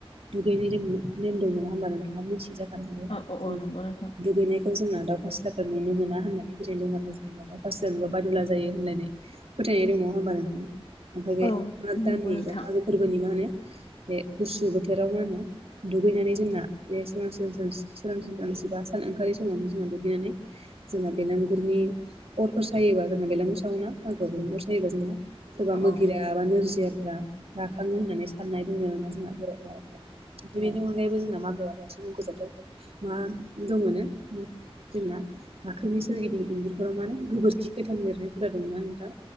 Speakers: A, on the right; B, on the left.
A: दुगैनाय रेम नेम दं नङा होमबा नोंथाङा मिथियो जाखानो हांगौ।
B: औ
A: जों
B: औ नंगौ नोंथां
A: दुगैनायखौ जोंना दाउ खास्लाफ्रा नुनो मो होननानै फोथायनाय दं आरो जेनेबा अखा बिजानानै बादुला जायो होनलायनायनै फोथायनाय दङ होनोमबा नोंथांा ओमफाय बे
B: औ
A: माग
B: नंगौ
A: दानि
B: नोंथां
A: ऐसा मागोफोरखौ गुबोननि मा होनो बे गुसु बोथोराव मा होनो दुगैनानै जोंना बे सिगां सिगां स <unintelligible> सोरांसि सोरांसि बा सान ओंखारि समावनो जोङो दुगैनानै जोंना बेलागुरनि अरफोर सायोबा जोङो बेलागुर सावोना मागोआव बेनि अर सायोबा जोंङो सोरबा
B: औ
A: मोगि
B: औ
A: जाया माबा नोरजियाफ्रा राखांङो होननानै साननाय दुङो आरोना जोंना बर' <unintelligible> ओमफ्रायबो जोंना मागोआव मोनसे मुंख'जाथाव मा दंङोनो जोंना बाख्रिनि सोरगिदिं इन्जुरफोराव मानो गोबोर खि गोथां लिरनायफोरा दंना नोंथां